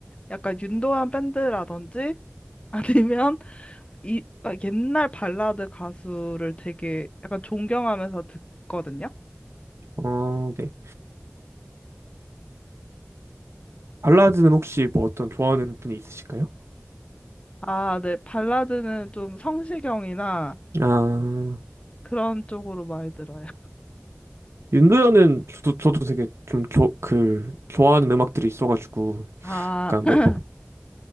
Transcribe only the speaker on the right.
어, 네. 발라드는 혹시 뭐 어떤 좋아하는 분이 있으실까요?
아
윤도현은 저도, 저도 되게 좀 교, 그, 좋아하는 음악들이 있어가지고,
약간
뭐,